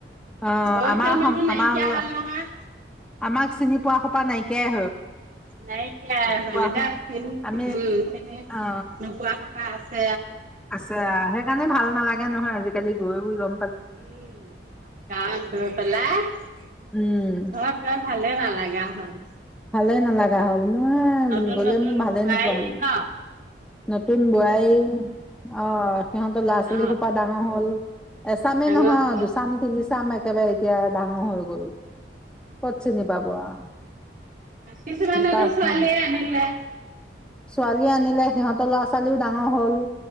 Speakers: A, in the centre; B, on the right (about 45°).
A: অ
B: বয়সীয়াল
A: আমাৰ
B: মানুহ নাইকিয়া
A: আমাৰ
B: হ'ল নহয়।
A: আমাক চিনি পোৱা সোপা নাইকিয়া
B: নাইকিয়া হ'লদ
A: হয়
B: উম
A: আমি
B: খনে
A: অ
B: নোপোৱা পাছে।
A: আছে সেইকাৰণে ভাল নালাগে নহয় আজিকালি গৈ গ
B: উম গা গৰ পেলাই‌ ঘৰত
A: উম
B: গৈ। ভালে নালাগা হ'ল।
A: ভালে নালাগা হ'ল মই
B: নতুন
A: গলে
B: নতুন
A: মোৰ ভালে
B: বোৱাৰী
A: নোপোৱা হ'ল
B: ন
A: নতুন বোৱাৰী অ সিহঁতৰ ল'ৰা ছোৱালী
B: অ
A: সোপা ডাঙৰ হ'ল এচামে
B: ডাঙৰ
A: নহয়
B: হ'ল
A: দুচাম তিনিচাম একেবাৰে এতিয়া ডাঙৰ হৈ গলোঁ কত চিনি পাব আৰু
B: কিছুমানে
A: দুটা
B: টো ছোৱালীয়ে
A: চাম।
B: আনিলে
A: ছোৱালী আনিলে সিহঁত বোলো ডাঙৰ হ'ল